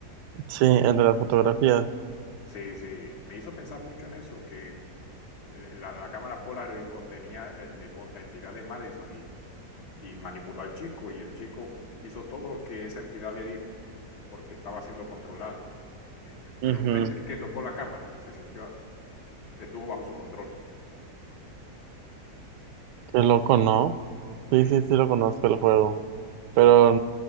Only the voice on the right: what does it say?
Sí, el de las fotografías.
Ujú,
Qué loco, ¿no? Sí,
sí, sí lo conozco el juego. Pero,